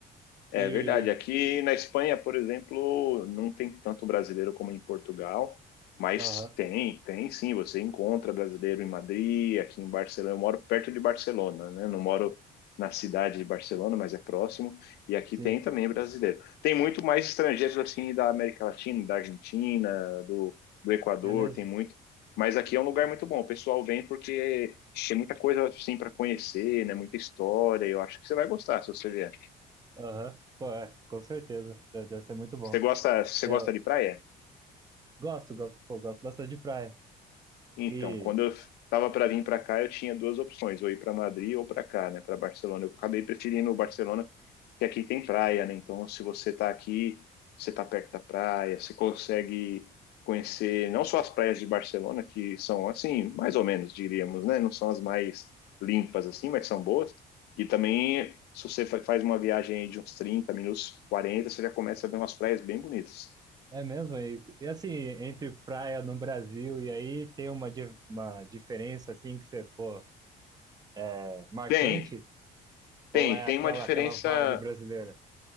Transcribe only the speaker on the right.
E
aham,
sim,
é mesmo?
Aham. Pô, é, com certeza. Deve deve ser muito bom.
Eu
gosto, gosto, pô, gosto bastante de praia.
E
É mesmo? E, e assim, entre praia no Brasil e aí tem uma, di- uma diferença assim que você, pô, é marcante?
Ou
é
aquela
aquela vibe brasileira?